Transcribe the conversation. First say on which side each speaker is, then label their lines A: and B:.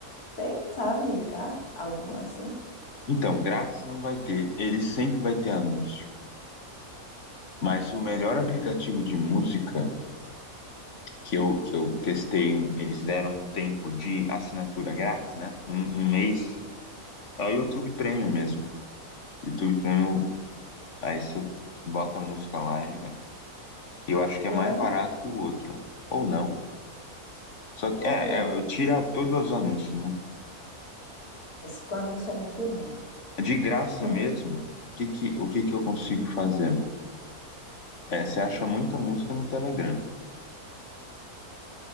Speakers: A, on the left; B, on the left.
A: Tem, sabe, indicar algum assim?
B: Então, grátis não vai ter, ele sempre vai ter anúncio. Mas o melhor
A: É.
B: aplicativo de música que eu, que eu testei, um- eles deram um tempo de assinatura grátis, né? Um, um mês. É o YouTube Premium mesmo. YouTube Premium, aí você bota a música lá, ele vai. Eu acho que é
A: E
B: mais
A: é,
B: barato que o outro, né? Ou não. Só
A: eu
B: que,
A: vou
B: é,
A: ver.
B: é, tira todos os anúncios, né?
A: Esse com anúncio é muito ruim.
B: De graça
A: <laughs>
B: mesmo, o que que, o que que eu consigo fazer? É, você acha muita música no Telegram.